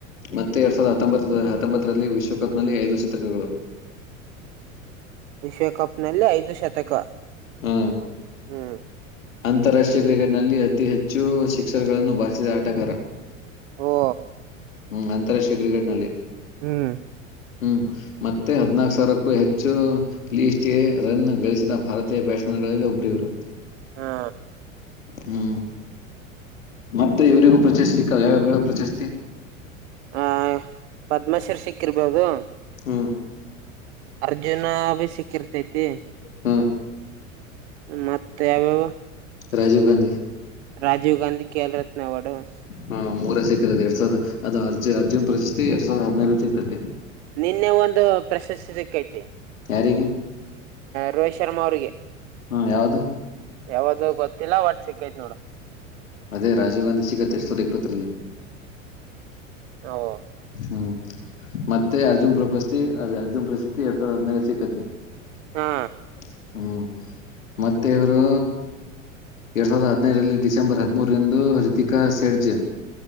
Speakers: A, on the left (about 75°); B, on the right (about 55°).
A: ಮತ್ತೆ ಎರಡ್ ಸಾವಿರದ ಹತ್ತೊಂಬತ್ತ ಹತ್ತೊಂಬತ್ತರಲ್ಲಿ ವಿಶ್ವಕಪ್ನಲ್ಲಿ ಐದು ಶತಕಗಳು.
B: ವಿಶ್ವಕಪ್ನಲ್ಲಿ ಐದು ಶತಕ.
A: ಹ್ಮ್.
B: ಹ್ಮ್
A: ಅಂತಾರಾಷ್ಟ್ರೀಯ ಕ್ರಿಕೆಟ್ನಲ್ಲಿ ಅತಿ ಹೆಚ್ಚು ಶಿಕ್ಕ್ಷರ್ಗಳನ್ನು ಬಾರಿಸಿದ ಆಟಗಾರ.
B: ಓ
A: ಹ್ಮ್ ಅಂತಾರಾಷ್ಟ್ರೀಯ ಕ್ರಿಕೆಟ್ ನಲ್ಲಿ.
B: ಹ್ಮ್.
A: ಹ್ಮ ಮತ್ತೆ ಹದಿನಾಲ್ಕು ಸಾವಿರಕ್ಕೂ ಹೆಚ್ಚು ಲೀಸ್ಟ್ ಎ ರನ್ ಗಳಿಸಿದ ಭಾರತೀಯ ಬ್ಯಾಟ್ಸ್ಮನ್ಗಳಲ್ಲಿ ಒಬ್ರ ಇವರು.
B: ಹಾ.
A: ಹ್ಮ್ ಮತ್ತೆ ಇವರಿಗೂ ಪ್ರಶಸ್ತಿಕ್ಕ ಯಾವ ಬೇಡ ಪ್ರಶಸ್ತಿ.
B: ಆ ಪದ್ಮಾಶ್ರೀ ಸಿಕ್ಕಿರ್ಬೋದು.
A: ಹ್ಮ್.
B: ಅರ್ಜುನ ಭಿ ಸಿಕ್ಕಿರ್ತೈತಿ.
A: ಹ್ಮ್
B: ಮತ್ತ ಯಾವ್ಯಾವ
A: ರಾಜೀವ್ ಗಾಂಧಿ.
B: ರಾಜೀವ್ ಗಾಂಧಿ ಕೆ. <unintelligible> <unintelligible>
A: ಹ <inaudible> ಅದು ಅರ್ಜುನ್ ಪ್ರಶಸ್ತಿ ಎರಡ್ ಸಾವಿರ ಹದಿನಾರು ಸಿಕ್ತೈತಿ.
B: ನಿನ್ನೆ ಒಂದು ಪ್ರಶಸ್ತಿ ಸೀಕ್ಕಯ್ಯತಿ.
A: ಯಾರಿಗೆ
B: ರೋಹಿತ್ ಶರ್ಮಾ ಅವ್ರಿಗೆ. <inaudible>
A: ಹ್ಮ ಯಾವ್ದ.
B: ಯಾವದ್ ಗೊತ್ತಿಲ್ಲ ಒಟ್ ಸಿಕ್ಕೈತ್ ನೋಡು.
A: ಅದೇ ರಾಜೀವ್ ಗಾಂಧಿ ಸಿಗತ್ತೆ ಎರಡ್ ಸಾವಿರ ಇಪ್ಪತ್ತರಲ್ಲಿ.
B: ಹ. <unintelligible>
A: ಹ್ಮ್, ಮತ್ತೆ ಅರ್ಜುನ್ ಪ್ರಪಸ್ತಿ ಅದೆ-ಅರ್ಜುನ್ ಪ್ರಶಸ್ತಿ ಎರಡ್ ಸಾವಿರದ ಹದ್ನೈದ್ರಲ್ ಸಿಕ್ಕುತ್ತೆ. <inaudible>
B: ಹಾ
A: ಹ್ಮ್ ಮತ್ತೆ ಇವರೂ ಎರಡ್ ಸಾವಿರದ ಹದಿನೈದು ನಲ್ಲಿ ಡಿಸೆಂಬರ್ ಹದ್ಮೂರಂದು ಹೃತಿಕಾ ಸೆಡ್ಜ್.